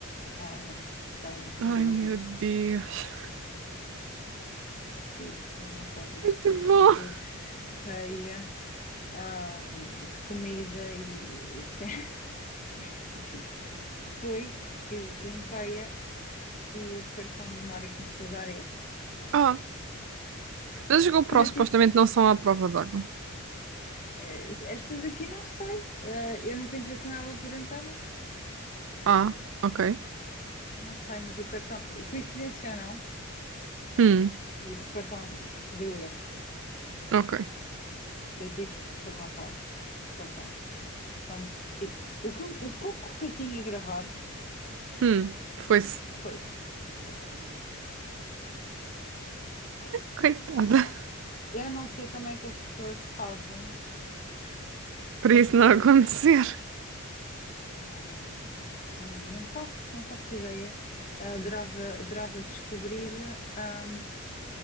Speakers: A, on the left (about 35°); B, on the right (about 60°).
A: a dar uns
B: Ai
A: mergulhos.
B: meu Deus.
A: Tipo, não estás a perceber,
B: Muito bom.
A: ficou cheia. ah, de comida e. <laughs> Enfim. Depois eu limpei-a e o cartão de memória começou a dar erro.
B: Ah, mas as GoPro
A: Então
B: supostamente
A: eu tive que.
B: não são à prova d'água.
A: eh, Estas aqui não sei. eh, Eu nunca entrei com ela para dentro da água.
B: Ah, ok.
A: Não sei, mas o cartão. Coincidência ou não,
B: Hum,
A: o cartão deu erro.
B: ok.
A: Então eu tive que formatar o cartão. Então, tipo, o, que eu- o pouco que eu tinha gravado
B: Hum, foi
A: foi-se. Foi-se. Foi-se.
B: Coitada.
A: Portanto, Eu não sei como é que as pessoas fazem
B: Para
A: estas
B: isso não
A: coisas.
B: acontecer.
A: Não, não, não faço, não faço ideia. Adorava, adorava descobrir. ahm,